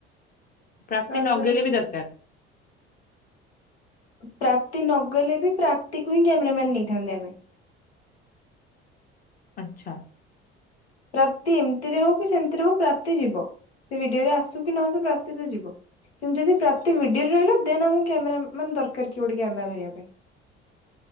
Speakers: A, on the left; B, on the left.
A: ପ୍ରାପ୍ତି
B: କାହାକୁ
A: ନଗେଇଲେ
B: କହିବା
A: ବି ଦରକାର।
B: ପ୍ରାପ୍ତି ନଗଲେ ବି ପ୍ରାପ୍ତି କୁ ହିଁ କ୍ୟାମେରା ମ୍ୟାନ ନେଇଥାନ୍ତେ ଆମେ।
A: ଆଛା।
B: ପ୍ରାପ୍ତି ଏମିତିରେ ହୋଉ କି ସେମିତିରେ ହୋଉ ପ୍ରାପ୍ତି ଯିବ ସେ ଭିଡିଓରେ ଆସୁ କି ନଆସୁ ପ୍ରାପ୍ତି ତ ଯିବ। କିନ୍ତୁ ଯଦି ପ୍ରାପ୍ତି ଭିଡିଓରେ ରହିଲା ଦେନ ଆମକୁ କ୍ୟାମେରା ମ୍ୟାନ୍ ଦରକାର କିଏ ଗୋଟେ କ୍ୟାମେରା ଧରିବା ପାଇଁ।